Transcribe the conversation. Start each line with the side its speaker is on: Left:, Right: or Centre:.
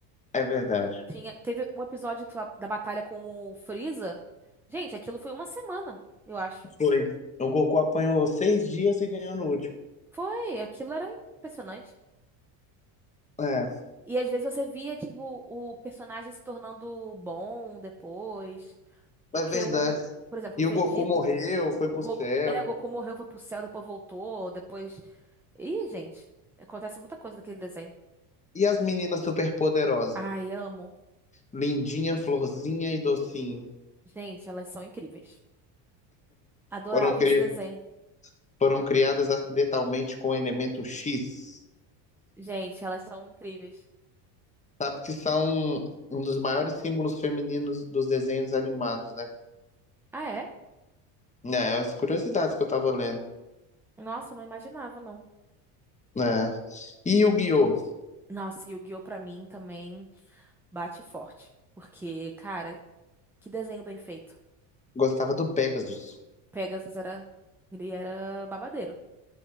Left: É verdade.
Centre: Tinha, teve um episódio da, da batalha com o Freeza. Gente, aquilo foi uma semana, eu acho.
Left: Foi. O Goku apanhou seis dias e ganhou no último.
Centre: Foi, aquilo era impressionante.
Left: É,
Centre: E às vezes você via, tipo, o personagem se tornando bom depois. Porque
Left: é verdade.
Centre: o, por exemplo,
Left: E
Centre: o Vegeta.
Left: o Goku morreu, foi pro
Centre: O Goku,
Left: céu.
Centre: é, o Goku morreu, foi pro céu, depois voltou, depois. Ih, gente, acontece muita coisa naquele desenho.
Left: E as meninas superpoderosas?
Centre: Ai, amo.
Left: Lindinha, Florzinha e Docinho.
Centre: Gente, elas são incríveis. Adorava
Left: Foram, cri...
Centre: esse desenho.
Left: foram criadas acidentalmente com o elemento X,
Centre: Gente, elas são incríveis.
Left: que são um dos maiores símbolos femininos dos desenhos animados, né?
Centre: Ah, é?
Left: É, as curiosidades que eu tava lendo.
Centre: Nossa, não imaginava, não.
Left: É. E o Guiô
Centre: Nossa, e o Yu-Gi-Oh! pra mim também bate forte. Porque, cara, que desenho bem feito.
Left: gostava do Pegasus.
Centre: Pegasus era. Ele era babadeiro.